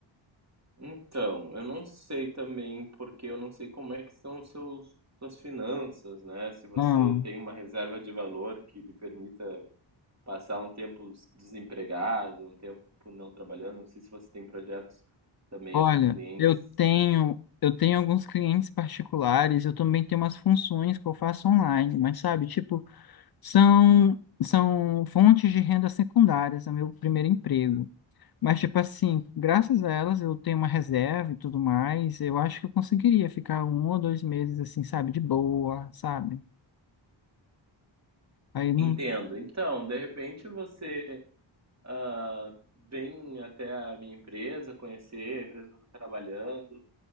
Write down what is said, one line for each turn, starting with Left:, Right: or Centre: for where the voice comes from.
Right: Então, eu não sei também, porque eu não sei como é que são os seus, suas finanças, né? Se você
Left: Ah,
Right: tem uma reserva de valor que lhe permita passar um tempo desempregado, um tempo não trabalhando. Não sei se você tem projetos também
Left: olha,
Right: com clientes.
Left: eu tenho eu tenho alguns clientes particulares, eu também tenho umas funções que eu faço online, mas sabe, tipo São, são fontes de renda secundárias, é meu primeiro emprego. Mas, tipo assim, graças a elas eu tenho uma reserva e tudo mais, eu acho que eu conseguiria ficar um ou dois meses, assim, sabe, de boa, sabe? Aí não.
Right: Entendo. Então, de repente você ah, vem até a minha empresa conhecer a empresa que eu estou trabalhando,